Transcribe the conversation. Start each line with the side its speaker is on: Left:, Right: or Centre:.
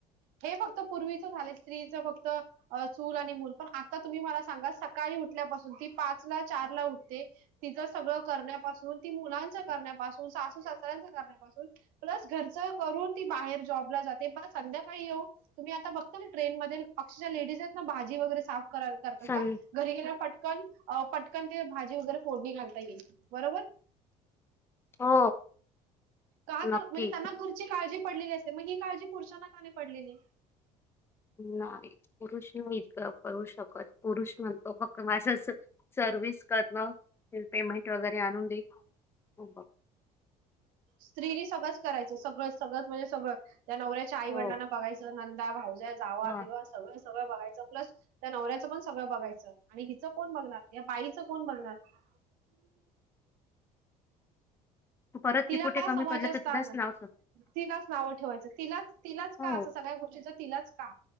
Right: हे फक्त पूर्वीचं झालं स्त्रीच फक्त अ. चूल आणि मूल पण आता तुम्ही मला सांगा सकाळी उठल्यापासून ती पाचला चारला उठते तिझ सगळं करण्यापासून ती मुलांच करण्यापासून, सासू- सासर्‍यांच करण्यापासून, प्लस घरचं कर रून ती बाहेर जॉबला जाते पण संध्याकाळी येऊ तुम्ही आता बघता ना ट्रेन मधील अक्षरशः लेडीज मग भाजी वगैरे साफ कराय- करतात
Left: सन
Right: का घरी गेल्याव- पटकन अ पटकन ते भाजी वगैरे फोडणी घालतात आता येईल बरोबर?
Left: हो
Right: का तर
Left: नक्की
Right: म्हणजे त्यांना घरची काळजी पडलेली असते मग ही काळजी पुरुषांना का नाही पडलेली?
Left: नाही पुरुष मी इतकं करू शकत पुरुष म्हणतो फक्‍त माझंच <inaudible> सर्विस करणं ते पेमेंट वगैरे आणून दे <unintelligible>
Right: स्त्रीनी सगळंच करायचं सगळं- सगळंच म्हणजे सगळं त्या नवऱ्याच्या आई
Left: हो
Right: वडिलांना बघायचं नंदा, भाऊज्या, जावा-
Left: ह
Right: बिवा सगळं सगळं बघायचं प्लस त्या नवऱ्याचं पण सगळं बघायचं आणि हिचं कोण बघणार या बाईचं कोण बघणार? <inaudible> ह <inaudible>
Left: परत
Right: तिला
Left: ती कुठे
Right: का
Left: कमी
Right: समाज
Left: पडलं तर
Right: स्थान
Left: तिलाच
Right: ना
Left: नाव सांग.
Right: तिलाच नावं ठेवायचं, तिलाच -तिलाच
Left: हो
Right: का असं सगळ्या गोष्टींच <inaudible> तिलाच का?